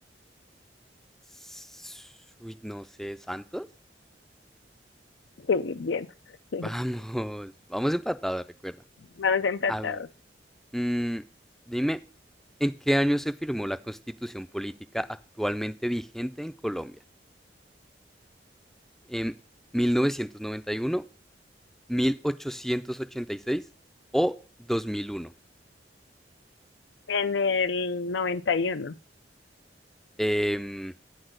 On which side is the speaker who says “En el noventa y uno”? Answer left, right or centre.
Left